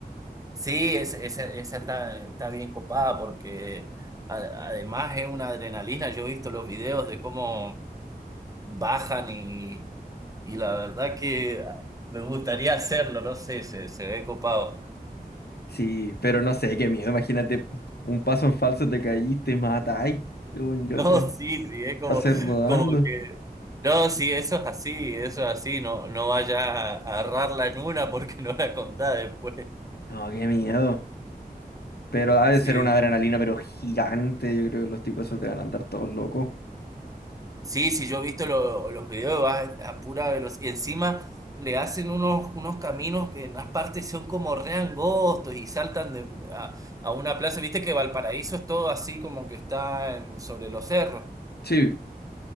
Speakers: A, on the right; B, on the left.
A: Sí, es- esa esa está, está bien copada porque a- además es una adrenalina. Yo he visto los videos de cómo bajan y, y la verdad que me gustaría hacerlo, no sé, se, se ve copado. <laughs>
B: Sí, pero no sé, qué miedo. Imagínate, un paso en falso te caíste, matáis. Según
A: No,
B: yo te
A: sí, sí, es como,
B: pasé rodando.
A: como que... No, sí, eso es así, eso es así, no, no vayas a agarrarla en una porque no la contás después.
B: No, qué miedo. Pero ha de
A: Sí.
B: ser una adrenalina, pero gigante. Yo creo que los tipos esos te van a andar todos locos.
A: Sí, sí, yo he visto lo- los videos, va a pura velocidad. Y encima le hacen unos, unos caminos que en unas partes son como re angostos y saltan de, a, a una plaza. Viste que Valparaíso es todo así como que está en- sobre los cerros.
B: Sí,